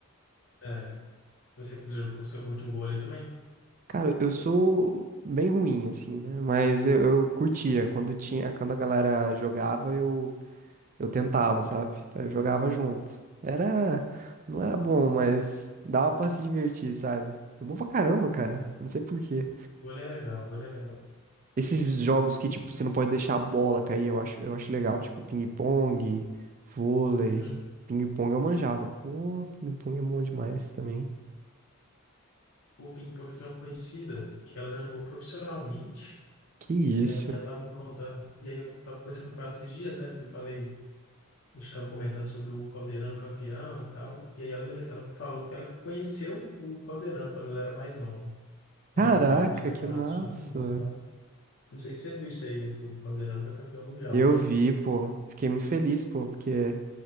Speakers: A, on the left; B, on the right.
A: É. Você, você curte o vôlei também?
B: Cara, eu sou bem ruim, assim, né? Mas eu, eu curtia. Quando tinha, quando a galera jogava, eu, eu tentava, sabe? Eu jogava junto. Era, não era bom, mas dava pra se divertir, sabe? É bom pra caramba, cara.
A: É.
B: Não sei por quê.
A: O vôlei é legal, o vôlei é legal.
B: Esses jogos que, tipo, você não pode deixar a bola cair, eu acho, eu acho legal. Tipo, ping-pong, vôlei.
A: Hum.
B: Ping-pong eu manjava. Pô, ping-pong é bom demais também.
A: O ping-pong tem uma conhecida que ela já jogou profissionalmente,
B: Que isso?
A: e aí ela tava me contando, e aí eu tava conversando com ela esses dias, né? Eu falei. a gente estava comentando sobre o Caldeirano campeão e tal, e aí ela me, ela me falou que ela conheceu o Caldeirano quando ela era mais nova. Eles
B: Caraca,
A: jogaram alguns campeonatos
B: que massa.
A: juntos e tal. Não sei se você viu isso aí, né? Que o Caldeirano foi campeão mundial,
B: Eu
A: né?
B: vi, pô. Fiquei muito feliz, pô, porque